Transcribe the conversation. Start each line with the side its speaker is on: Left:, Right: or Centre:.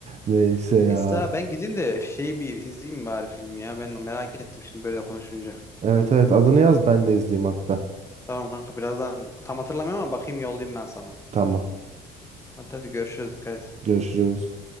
Right: Neyse ya.
Left: Neyse abi ben gideyim de şeyi bir izleyeyim bari filmi ya. Ben merak ettim şimdi böyle konuşunca.
Right: Evet evet adını yaz ben de izleyeyim hatta.
Left: Tamam kanka birazdan tam hatırlamıyorum ama bakayım yollayayım ben sana.
Right: Tamam.
Left: Hadi hadi görüşürüz dikkat et.
Right: Görüşürüz.